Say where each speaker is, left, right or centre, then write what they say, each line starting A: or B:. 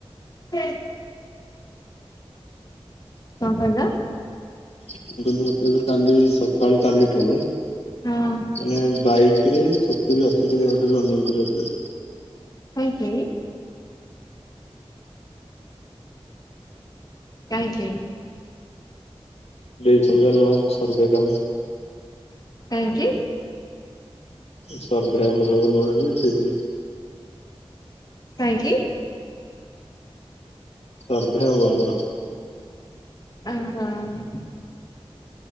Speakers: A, on the left; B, on the left.
A: ହୁଁ। କଣ କହିଲ?
B: ମୁଁ କହିଲି ମତେ ଏବେ କାଲି ସକାଳୁ କାଲିଠୁ
A: ହଁ।
B: ମାନେ ବାଇକ ରେ ସତୁରି ଅଶୀ କିଲୋମିଟର ରନିଂ କରିବାକୁ ପଡିବ।
A: କାହିଁକି? କାହିଁକି?
B: ଦେଇଛନ୍ତି ବା ନୂଆ ସର୍ଭେ କାମ।
A: କାହିଁକି?
B: ସର୍ଭେ ଆମର ହବ ନୂଆ ଯେ ସେଇଥିଲାଗି।
A: କାହିଁକି?
B: ସର୍ଭେ ହବ ଆମର।
A: ଅ ହଁ।